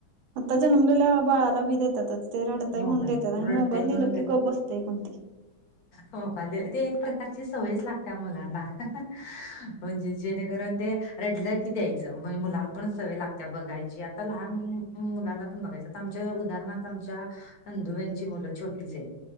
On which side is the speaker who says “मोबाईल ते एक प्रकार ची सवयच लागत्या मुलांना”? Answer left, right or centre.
Left